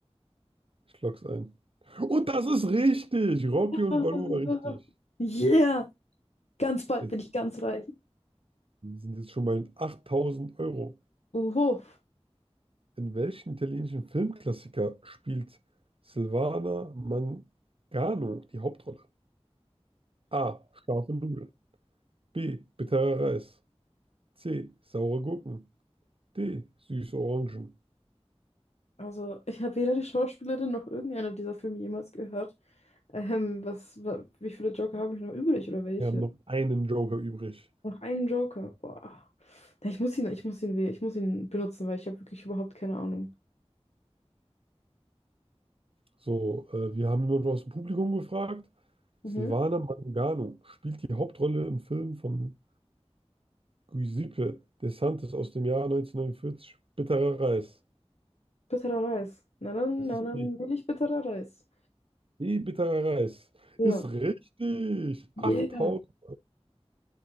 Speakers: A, on the right; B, on the left.
A: Ich lock's ein. Und das ist richtig. Rocky
B: <laughs>
A: und Baloo
B: Ah,
A: war richtig.
B: Yeah. Ganz bald
A: Jetzt
B: bin ich ganz reich.
A: sind jetzt schon mal 8000 Euro.
B: Oho.
A: In welchem italienischen Filmklassiker spielt Silvana Mangano die Hauptrolle? A. Scharfe Nudeln. B. Bitterer Reis. C. Saure Gurken. D. Süße Orangen.
B: Also, ich habe weder die Schauspielerin noch irgendeiner dieser Filme jemals gehört. Ähm, was, wa- wie viele Joker habe ich noch übrig oder welche?
A: Wir haben noch einen Joker übrig.
B: Noch einen Joker. Boah. Ja, Ich muss ihn, ich muss ihn, wäh- ich muss ihn benutzen, weil ich habe wirklich überhaupt keine Ahnung.
A: So, äh, wir haben jemanden aus dem Publikum gefragt.
B: Mhm.
A: Silvana Mangano spielt die Hauptrolle im Film von Giuseppe De Santis aus dem Jahr 1949. Bitterer Reis.
B: Bitterer Reis. Na dann,
A: Das
B: na
A: ist
B: dann
A: B.
B: will ich bitterer Reis.
A: Wie bitterer Reis.
B: Ja.
A: Ist richtig.
B: Yeah.
A: achttausend.